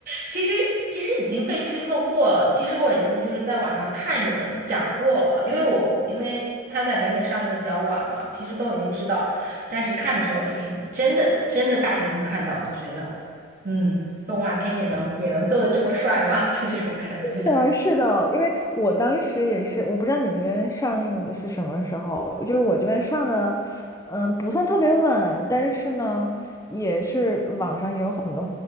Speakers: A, on the right (about 45°); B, on the left (about 15°).
A: 其实其实已经被剧透过了，其实我已经就是在网上看有人讲过了，因为我我因为他在北美上映的比较晚嘛，其实都已经知道了，但是看的时候就是你真的真的大屏幕看到就觉得。嗯，动画片也能也能做的这么帅吗？<laughs> 就这种感觉
B: 的，是的，因为我当时也是，我不知道你那边上映的是什么时候，就是我这边上的，嗯，不算特别晚，但是呢，也是网上也有。片